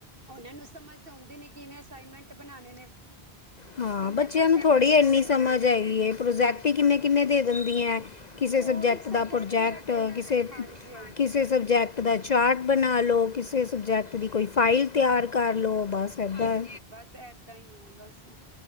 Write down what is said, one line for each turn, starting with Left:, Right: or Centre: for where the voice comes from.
Right: ਓਨਾਂ ਨੂੰ ਸਮਝ ਤਾਂ ਆਉਦੀ ਨੀ, ਕਿਵੇਂ ਅਸਾਈਨਮੈਂਟ ਬਣਾਨੇ ਨੇ।
Left: ਹਾਂ,
Right: ਕਿੰਨੇ
Left: ਬੱਚੇਆਂ
Right: ਪ੍ਰੋਜੈਕਟ
Left: ਨੂੰ ਥੋੜ੍ਹੀ
Right: ਬਣਾਣੇ
Left: ਏਨੀ ਸਮਝ
Right: ਨੇ
Left: ਹੈਗੀ ਏ, ਪ੍ਰੋਜੈਕਟ
Right: ਹਾਂਜੀ
Left: ਹੀ ਕਿੰਨੇ-ਕਿੰਨੇ
Right: ਹਾਂਜੀ
Left: ਦੇ ਦਿੰਦੀ ਹੈ। ਕਿਸੇ
Right: ਉਹ
Left: ਸਬਜੈਕਟ
Right: ਇੱਕ
Left: ਦਾ ਪ੍ਰੋਜੈਕਟ
Right: ਦਾ ਤਿੰਨ
Left: ਕਿਸੇ-ਕਿਸੇ
Right: ਨੇ ਹਾਂਜੀ ਹਾਂਜੀ
Left: ਸਬਜੈਕਟ ਦਾ ਚਾਰਟ ਬਣਾਲੋ, ਕਿਸੇ ਸਬਜੈਕਟ ਦੀ ਕੋਈ ਫਾਈਲ ਤਿਆਰ ਕਰਲੋ, ਬਸ ਇੱਦਾਂ
Right: ਬ ਏਦਾਂ ਹੀ ਆ, ਬਸ